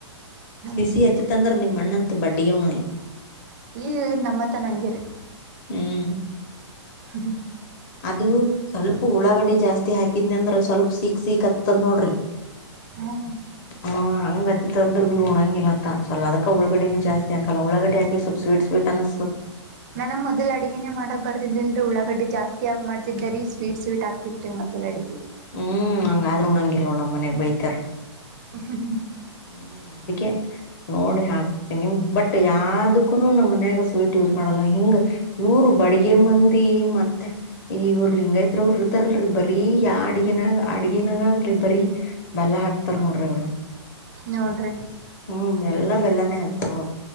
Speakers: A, on the left; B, on the right.
A: ಶಿಸಿ
B: ಇರ್ಲಿ
A: ಹಚ್ಚಿ
B: ಬಿಡ್ರಿ
A: ತಂದ್ರ ನಿಮ್ಮಣ್ಣ ಬಡ್ಡಿ ಗೆ ಉಣ್ಣಗಿಲ್ಲ
B: ಈ ನಮ್ಮತ್ರನ ಹಂಗೆರಿ
A: ಹ್ಮ್
B: ಹ್ಮ್
A: ಅದು ಸ್ವಲ್ಪ ಉಳ್ಳಾಗಡೆ ಜಾಸ್ತಿ ಹಾಕಿದನ ಅಂದ್ರ ಸ್ವಲ್ಪ ಸಿಕ್ ಸಿಕ್ ಕತ್ತದ್ ನೋಡ್ರಿ
B: ಹ್ಮ
A: ಹ ಹಂಗ ಕತ್ತ ಅಂದರು ಬಿ ಉಣಂಗಿಲ್ಲತ್ತ ಸ ಅದಕ್ಕ ಉಳಗಡಿನ ಜಾಸ್ತಿಾಕಲ್ಲ ಉಳಗಡ್ ಹಾಕಿ ಸ್ವಪ ಸ್ವೀಟ್ ಸ್ವಟ್ ಅನ್ನ
B: ನನಗ್ ಮೊದಲ್ ಅಡಗನೇ ಮಾಡ ಬರ್ದಿಲ್ ಉಳ್ಳಳಾಗಡ್ಡೆ ಜಾಸ್ತಿಗಿ ಮಾಡ್ತಿದ ರೀ ಸ್ವೀಟ್ ಸ್ವೀಟ್ ಆಗ್ತಿತ್ರಿ ಮೊದಲ ಅಡೆಿಗೆ
A: ಹ್ಮ್ ನಂಗಾದ್ರೂ ಉಣಂಗಿಲ್ಲಲ್ವ ನಮ್ಮ ಮನೆಗ್ ಬೈತರ್
B: ಹ ಹ್ಮ ಹ್ಮ್
A: ಹ್ಮ್ ಅದಕ್ಕೆ ನೋಡಿ ಹಾಕ್ತೀ ನಿಮ್ ಬಟ್ ಯಾವದಕ್ಕು ನಮ್ಮ್ ಮನ್ಯಾಗ ಸ್ವೀಟ್ ಯೂಸ್ ಮಾಡಲ್ಲ ಹಿಂಗ ಇವರು ಬಡಗಿರ್ ಮಂದಿ ಮತ್ತೆ ಈ ಇವರು ಲಿಂಗಾಯತ್ ಅವರು ಇರ್ತಾರಲ್ರಿ ಬರೀ ಯ ಅಡ್ಗನಾಗ ಅಡ್ಗಿನಾಗಗ್ಲಿ ಬರೀ ಬಲ ಹಾಕ್ತಾರ ನೋಡ್ರಿ ಅವ್ರು
B: ನೋಡ್ರಿ
A: ಹ್ಮ್ ಬೆಲ್ಲ ಬೆಲ್ಲನೇ ಹಾಕ್ತಾರ ನೋ